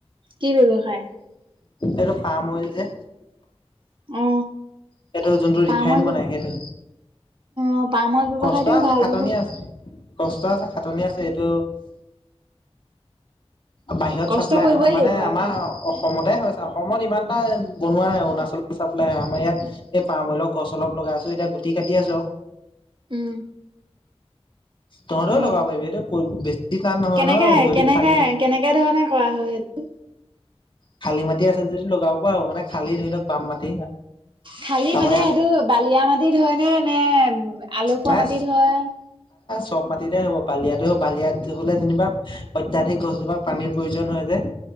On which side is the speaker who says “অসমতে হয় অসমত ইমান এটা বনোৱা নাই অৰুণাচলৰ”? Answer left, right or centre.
Left